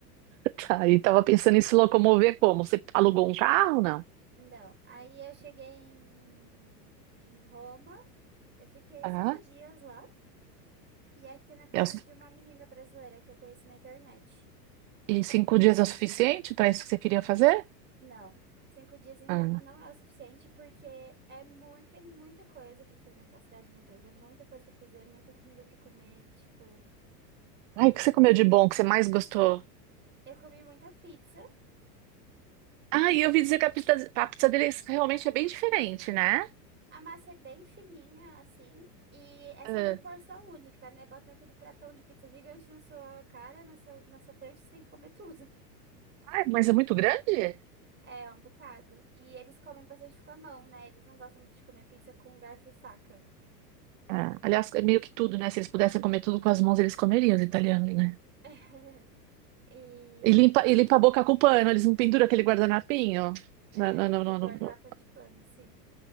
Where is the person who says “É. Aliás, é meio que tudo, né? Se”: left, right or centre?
Right